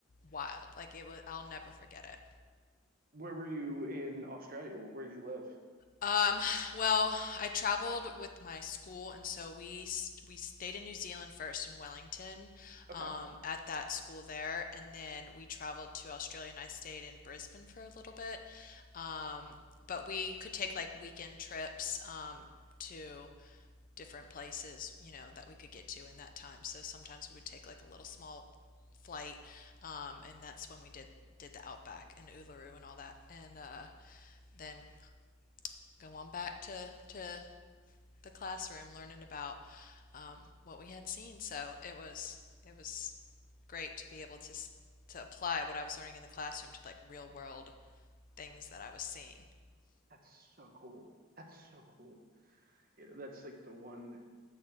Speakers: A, on the left; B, on the right.
A: wild. Like it was, I'll never forget it.
B: Where were you in Australia? Where, where did you live?
A: Um, well, I traveled with my school, and so we s- we stayed in New Zealand first in Wellington,
B: Okay,
A: um, at that school there, and then we traveled to Australia, and I stayed in Brisbane for a little bit. Um, but we could take like weekend trips, um, to different places, you know, that we could get to in that time. So sometimes we would take like a little small flight, um, and that's when we did did the Outback and Uluru and all that, and uh, then go on back to to the classroom learning about um, what we had seen. So it was it was great to be able to to apply what I was learning in the classroom to like real world things that I was seeing.
B: that's so cool. That's so cool. You know, that's like the one.